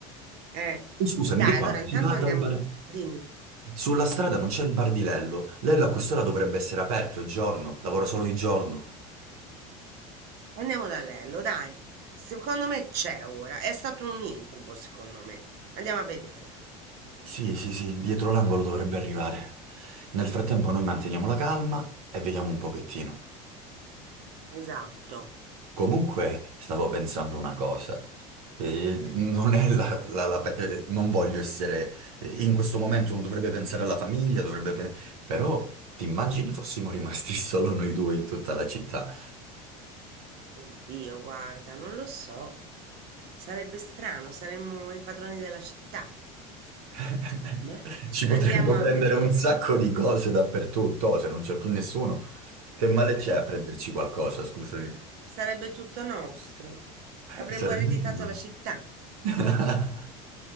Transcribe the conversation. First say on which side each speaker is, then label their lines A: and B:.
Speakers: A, on the right; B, on the right.
A: Eh,
B: Oh, Scusami,
A: dai,
B: di qua
A: allora intanto
B: si va dal
A: andiamo,
B: bar.
A: dimmi,
B: Sulla strada non c'è il bar di Lello. Lello a quest'ora dovrebbe essere aperto, è giorno, lavora solo di giorno.
A: andiamo da Lello, dai. Secondo me c'è ora, è stato un incubo, secondo me. Andiamo a vedere.
B: Sì, sì, sì, dietro l'angolo dovrebbe arrivare. Nel frattempo noi manteniamo la calma e vediamo un pochettino.
A: Esatto.
B: Comunque, stavo pensando una cosa. Eh, non è la, la- la pe- eh, non voglio essere... eh, In questo momento uno dovrebbe pensare alla famiglia, dovrebbe... pe- Però ti immagini fossimo rimasti <laughs> solo noi due in tutta la città?
A: Oddio, guarda, non lo so. Sarebbe strano, saremmo i padroni della città.
B: <laughs>
A: Ma
B: Ci potremmo
A: andiamo
B: prendere
A: a vedere.
B: un sacco di cose dappertutto, oh, se non c'è più nessuno. Che male c'è
A: Eh,
B: a prenderci qualcosa, scusami?
A: sarebbe tutto nostro.
B: <laughs>
A: Avremmo
B: Sarebbe
A: ereditato
B: figo.
A: la città.
B: <laughs>